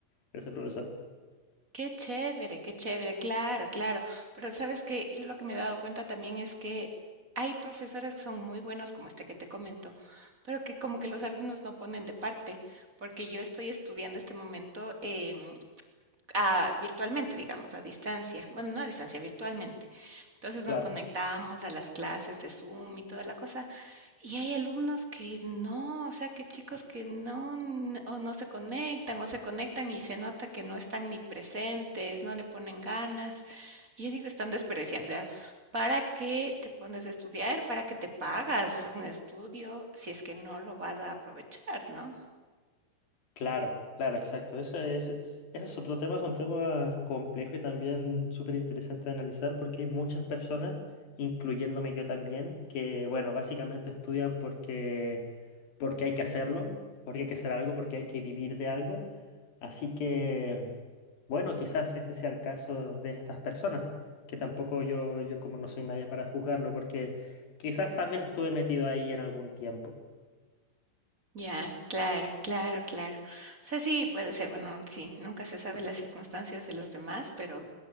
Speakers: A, on the left; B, on the right.
A: de ese profesor.
B: Qué chévere, qué chévere, claro, claro. Pero sabes que yo lo que me he dado cuenta también es que hay profesores que son muy buenos, como este que te comento, pero que como que los alumnos no ponen de parte, porque yo estoy estudiando este momento em, a- virtualmente, digamos, a distancia. Bueno, no a distancia, virtualmente. Entonces
A: Claro.
B: nos conectamos a las clases de Zoom y toda la cosa. Y hay alumnos que no, o sea, que chicos que no, n- o no se conectan, o se conectan y se nota que no están ni presentes, no le ponen ganas. Y yo digo, están desperdiciando. O sea, ¿para qué te pones a estudiar? ¿Para qué te pagas un estudio si es que no lo vas a aprovechar, ¿no?
A: Claro, claro, exacto. Ese, ese, ese es otro tema, es un tema complejo y también súper interesante de analizar porque hay muchas personas, incluyéndome yo también, que, bueno, básicamente estudian porque, porque hay que hacerlo, porque hay que hacer algo, porque hay que vivir de algo. Así que, bueno, quizás este sea el caso de estas personas, que tampoco yo, yo como no soy nadie para juzgarlo, porque quizás también estuve metido ahí en algún tiempo.
B: Ya, claro, claro, claro. O sea, sí, puede ser, bueno, sí, nunca se sabe las circunstancias de los demás, pero